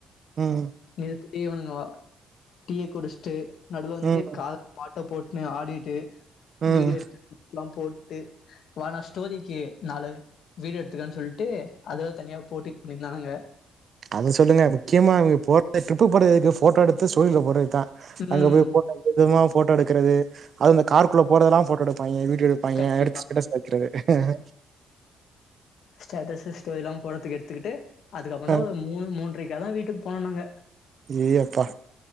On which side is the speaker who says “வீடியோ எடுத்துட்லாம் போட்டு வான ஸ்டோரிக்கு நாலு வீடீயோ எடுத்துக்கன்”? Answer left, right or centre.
Left